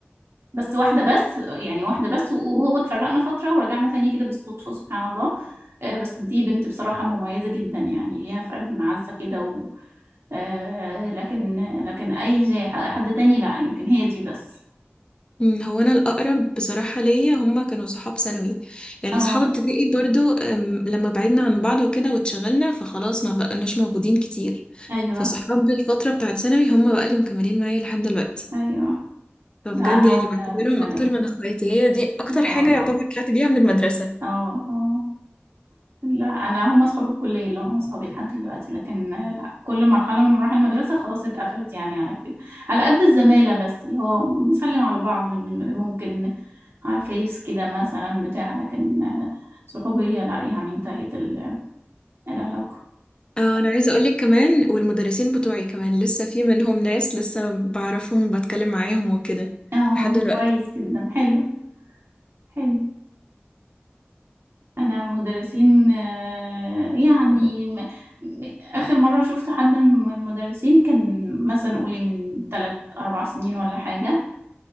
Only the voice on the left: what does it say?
أمم، هو انا الاقرب بصراحه ليا هما كانوا صحاب ثانوي يعني
صحاب ابتدائي برضو أم، لما بعدنا عن بعض وكده واتشغلنا فخلاص ما بقناش موجودين كتير
فصحاب الفتره بتاعت ثانوي هما بقى اللي مكملين معايا لحد دلوقتي
فبجد
يعني
بعتبرهم
اكتر من اخواتي هي دي اكتر
حاجه
يعتبر طلعت بيها من المدرسه
اه انا عايزه اقولك كمان والمدرسين بتوعي كمان لسه في منهم ناس لسه بعرفهم وبتكلم معاهم وكده
لحد دلوقتي